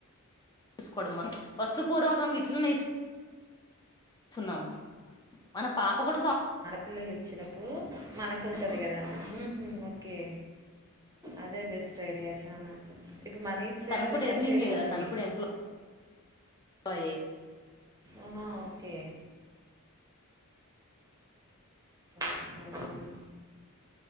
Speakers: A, on the left (about 20°); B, on the right (about 15°).
A: చూసుకోడం మొత్తం వస్తు పూర్వకంగ ఇట్లనె ఇస్తున్నాము మన పాప కూడా సాఫ్
B: పిల్లలకి వచ్చినప్పుడు మనకుంటుంది కదా ఊహు ఓకే అదే బెస్ట్ ఐడియా చానా. ఇప్పుడు మనీ ఇస్తే
A: తను
B: అది
A: కూడా
B: ఖర్చయిపోతది.
A: ఎర్నింగే కదా తను కూడా ఎంప్లాయ్ ప్లాయే
B: ఆహా ఓకే వస్తామండి